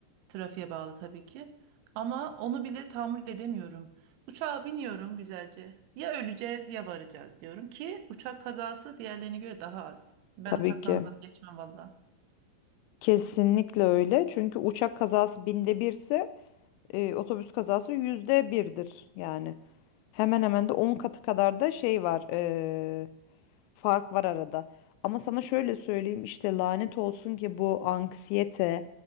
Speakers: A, on the right; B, on the left.
A: Trafiğe bağlı tabii ki. Ama onu bile tahammül edemiyorum. Uçağa biniyorum güzelce. Ya öleceğiz ya varacağız diyorum ki uçak kazası diğerlerine göre daha az. Ben
B: Tabii
A: uçaktan
B: ki.
A: vazgeçmem valla.
B: Kesinlikle öyle. Çünkü uçak kazası binde birse e, otobüs kazası yüzde birdir. Yani hemen hemen de 10 katı kadar da şey var. e, fark var arada. Ama sana şöyle söyleyeyim işte lanet olsun ki bu anksiyete,